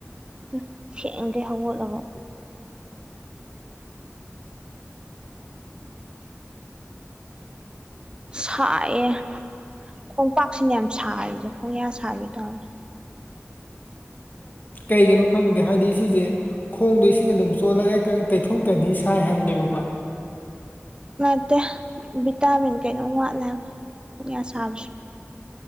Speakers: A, on the right; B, on the left.
A: ꯍꯨꯝ ꯊꯦꯡꯒꯩ ꯍꯧꯒꯠꯂꯒ
B: <unintelligible> <inaudible> <unintelligible>
A: ꯁꯥꯏꯌꯦ ꯈꯣꯡꯄꯥꯛꯁꯤꯅ ꯌꯥꯝ ꯁꯥꯔꯤꯁꯦ ꯈꯣꯡꯌꯥ ꯁꯥꯕꯤ ꯇꯧꯔꯅꯤ
B: ꯀꯩꯒꯤꯅꯣ ꯈꯪꯗꯦ ꯍꯥꯏꯗꯤ ꯁꯤꯖꯦ ꯈꯣꯡꯗꯣ ꯏꯁꯤꯡ ꯑꯗꯨꯝ ꯆꯣꯠꯂꯒ ꯀꯥ ꯇꯩꯊꯣꯛꯇ꯭ꯔꯥꯗꯤ ꯁꯥꯏ ꯍꯥꯏꯕꯅꯦꯕꯀꯣ
A: ꯅꯠꯇꯦ ꯚꯤꯇꯥꯃꯤꯟ ꯀꯩꯅꯣꯝ ꯋꯥꯠꯂꯦ ꯍꯥꯏꯝ ꯌꯥ ꯁꯥꯕꯁ